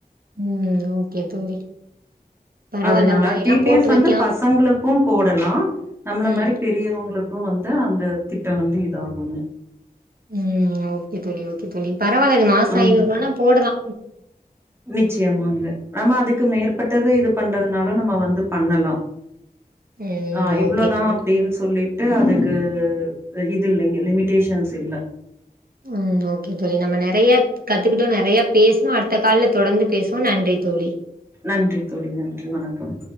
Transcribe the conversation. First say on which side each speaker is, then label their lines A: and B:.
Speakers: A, on the right; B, on the right.
A: ம் ஓகே தோழி பரவாயில்ல
B: அதனால
A: அது மாரில்லா
B: பி பி
A: போட்டு
B: எஸ்
A: வைக்கலா
B: வந்து பசங்களுக் கு போடலா நம்மள
A: ம்
B: மாரி பெரியவங்களுக்கு வந்து அந்த திட்டோ வந்து இதாகுங்க
A: ம் ஓகே தோழி ஓகே தோழி பரவால்ல இது மாசோ
B: அந்த
A: ஐநூறுவானா போடலா
B: நிச்சயமாங்க நம்ம அதுக்கு மேற்பட்டது இது பண்றதுனாலு நம்ம வந்து பண்ணலா
A: ம்
B: நா இவ்ளதா
A: ஓகே தோழி
B: அப்டீன்னு சொல்லிட் டு அதுக்கு இது இல்லீங்க லிமிடேஷன்ஸ் இல்ல
A: ம் ஓகே தோழி நம்ம நறைய கத்துக்கிட்டோ நறைய பேசுணோ அடுத்த கால்ல தொடந்து பேசுவோ நன்றி தோழி
B: நன்றி தோழி நன்றி வணக்கம்